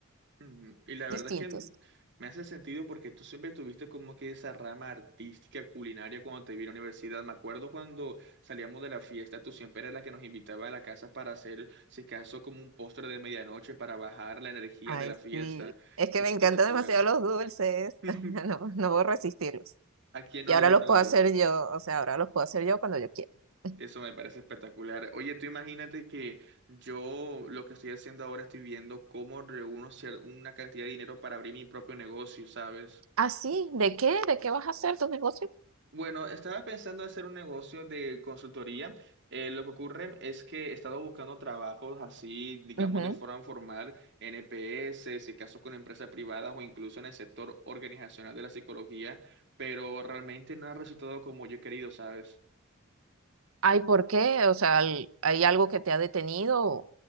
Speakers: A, on the right; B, on the right.
A: Ujú. Y la
B: distinto.
A: verdad es que
B: sí".
A: me hace sentido porque tú siempre tuviste como que esa rama artística culinaria cuando te vi en la universidad. Me acuerdo cuando salíamos de la fiesta, tú siempre eras la que nos invitaba a la casa para hacer, si acaso, como un postre de medianoche para bajar la energía
B: Ay,
A: de la fiesta.
B: sí, es que
A: Qué espectacular.
B: me encantan demasiado los dulces,
A: <laughs>
B: <laughs> no, no puedo resistirlos.
A: ¿A quién
B: Y
A: no
B: ahora
A: le gustan
B: los puedo
A: los dulces?
B: hacer yo, o sea, ahora los puedo hacer yo cuando yo quiera. <laughs>
A: Eso me parece espectacular. Oye, tú imagínate que yo lo que estoy haciendo ahora estoy viendo cómo reúno cier- una cantidad de dinero para abrir mi propio negocio, ¿sabes?
B: ¿Ah, sí? ¿De qué? ¿De qué vas a hacer tu negocio?
A: Bueno, estaba pensando hacer un negocio de consultoría. Eh, lo que ocurre es que he estado buscando trabajos así, digamos,
B: Ujú.
A: de forma formal, en EPS, si acaso con empresas privadas o incluso en el sector organizacional de la psicología, pero realmente no ha resultado como yo he querido, ¿sabes?
B: Ay, ¿por qué? O sea, al- ¿hay algo que te ha detenido?